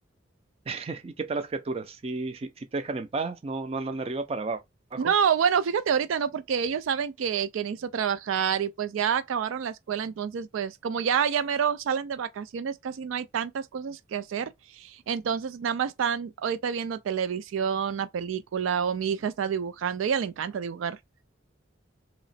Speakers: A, on the right (about 30°); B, on the right (about 85°).
A: <laughs> ¿Y qué tal las criaturas? ¿Sí, sí, sí te dejan en paz? ¿No, no andan de arriba para aba- abajo?
B: No, bueno, fíjate ahorita, ¿no? Porque ellos saben que, que necesito trabajar y pues ya acabaron la escuela, entonces pues como ya, ya mero salen de vacaciones, casi no hay tantas cosas que hacer. Entonces nada más están ahorita viendo televisión, una película o mi hija está dibujando, a ella le encanta dibujar.